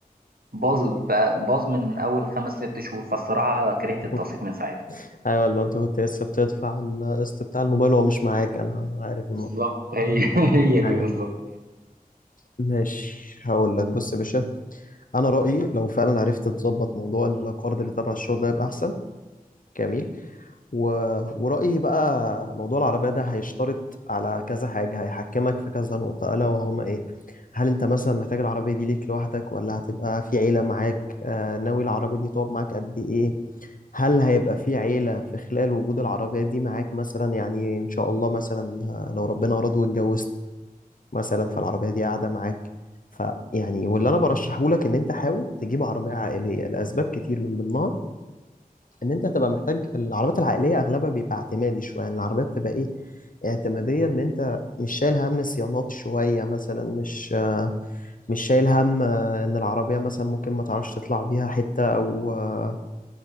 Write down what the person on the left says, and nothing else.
<laughs>
ايوه ولا انت كنت لسه بتدفع القسط بتاع الموبايل وهو مش معاك انا عارف الموضوع
ايوه
ماشي هقول لك بص يا باشا انا رأيي لو فعلا عرفت تظبط موضوع القرض اللي تبع الشغل ده يبقى احسن جميل و... ورأيي بقى موضوع العربية ده هيشترط على كذا حاجة هيحكمك في كذا نقطة ألا وهما إيه هل أنت مثلا محتاج العربية دي ليك لوحدك ولا هتبقى في عيلة معاك آه ناوي العربية دي تقعد معاك قد إيه هل هيبقى في عيلة في خلال وجود العربية دي معاك مثلا يعني إن شاء الله مثلا آه، لو ربنا أراد واتجوزت مثلا فالعربية دي قاعدة معاك فيعني واللي أنا برشحه لك إن أنت حاول تجيب عربية عائلية لأسباب كتير من ضمنها ان انت هتبقى محتاج العربيات العائليه اغلبها بيبقى اعتمادي شويه يعني العربيه بتبقى ايه اعتماديه ان انت مش شايل هم صيانات شويه مثلا مش آه، مش شايل هم آه، ان العربيه مثلا ممكن ما تعرفش تطلع بيها حته او آه،